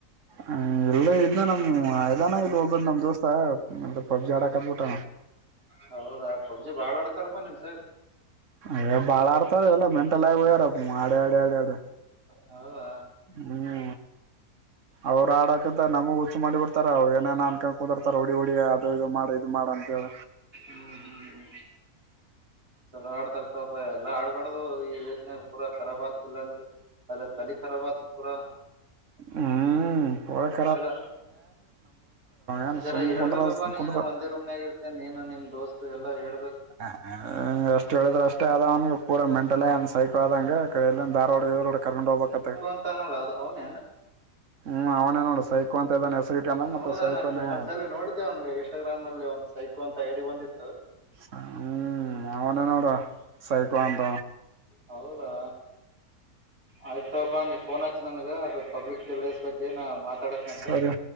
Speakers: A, on the right; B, on the right.
A: ಹ ಎಲ್ಲ ಇದನ ನಮ್ ಆಯದಾನ ಇ ಒಬ್ಬದ್ ನಮ್ ದೋಸ್ತ ಎ ಪಬ್ಜಿ ಆಡಾಕದ್ಬಿಟ್ಟ
B: ಹೌದಾ ಪಬ್ಜಿ ಬಾಳ್ ಆಡ್ತಾರಪ್ಪಾ ನಿಮ್ ಸೈಡ್
A: ಏ ಬಾಳ ಆಡ್ತಾರ ಎಲ್ಲ ಮೆಂಟಲ್ ಆಗಿ ಹೋಗ್ಯಾರ ಆಡಿ ಆಡಿ ಆಡಿ ಆಡಿ
B: ಹೌದ
A: ಹ್ಮ್ ಅವ್ರು ಆಡಕ ಅ ನಮಗ್ ಹುಚ್ಚು ಮಾಡಿ ಬಿಡ್ತ ಅವ್ ಏನೇನ ಅನ್ಕೊಂಡ ಕುರ್ತಾರ ಹೊಡಿ ಹೊಡಿ ಅದು ಇದು ಮಾಡ ಇದು ಮಾಡ ಅಂತ ಹೇಳ
B: ಹ್ಮ ಹ್ಮ್ ಚಲೋ ಆಡ್ತರ್ತವಪಾ ಎಲ್ಲ ಆಡ್ಬಾರಡ್ದು ಈ ಯೋಜನೆ ಪೂರಾಖರಾಬ್ ಆಗ್ತಿಲ್ಲ ಅಂದ್ರ ಅೆ ತಲ್ಲಿಖರಬತ ಪೂರಾ
A: ಹ್ಮ್ ಪ
B: ರ
A: ಏನ್
B: ಅರ
A: ಸುಮ್
B: ಹೇಳ್ಬೇಕಪ್ಪ
A: ಕುಂದ್ರ ಸುಮ್
B: ನೀನ್
A: ಕುಂದ್ರ
B: ಒಂದೇ ರೂಮ್ನ ಆಗ ಮತ್ತೆ ನೀನು ನಿಮ್ ದೋಸ್ತು ಎಲ್ಲಾ ಹೇಳ್ಬೇಕು
A: ಹಾ ಹ ಅಷ್ಟು ಹೇಳಿದ್ರೆ ಅಷ್ಟೇ ಆದ ಅವನ ಪೂರ ಮೆಂಟಲ ಅನ್ ಸೈಕೋ ಆದಂಗೆ ಕ ಎಲ್ಲಿ ಧಾರವಾಡಗೆರುೋ ಕರ್ಕೊಂಡು ಹೋಗ್ಬೇಕತ್ತ
B: ಪ ನಲ್ಲಾ ಅವನ್ಣ
A: ಹ್ಮ್ ಅವನೇ ನೋಡ ಸೈಕೋ ಅಂತ ಇದಾನನ್ ಹೆಸರು ಗ ಮತ್ತೆ
B: ಹೌದಾ
A: ಸೈಕೋನ
B: ನಾ ಕೇ- ಒಂದ್ಸಲಿ ನೋಡಿದ್ದೆ ಅವ್ನಿಗೆ ಇನ್ಸ್ಟಾಗ್ರಾಮ್ ನಲ್ಲಿ ಒಂದು ಸೈಕೋ ಅಂತ ಐಡಿ ಬಂದಿತ್ತು
A: ಹ್ಮ್ ಅವನನ ಅವಡ ಸೈಕ್ಳ ಆಂತ
B: ಹೌದಾ ಆಯ್ತಬಾ ನೀ ಫೋನ್ ಹಚ್ಚು ನನ್ಗ ಅದು ಪಬ್ಲಿಕ್ ಪಲೇಸ್ ಬಗ್ಗೆ ನಾ ಮಾತಾಡ ಮತ್ತೆ
A: ಸರಿ